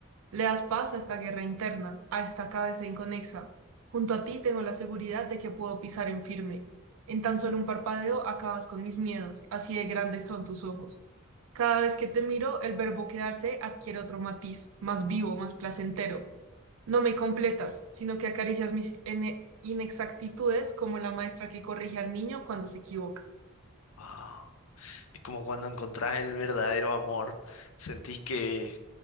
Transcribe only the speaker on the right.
Le das paz a esta guerra interna, a esta cabeza inconexa. Junto a ti tengo la seguridad de que puedo pisar en firme. En tan solo un parpadeo acabas con mis miedos, así de grandes son tus ojos. Cada vez que te miro, el verbo quedarse adquiere otro matiz, más vivo, más placentero no me completas, sino que acaricias mis ene- inexactitudes como la maestra que corrige al niño cuando se equivoca.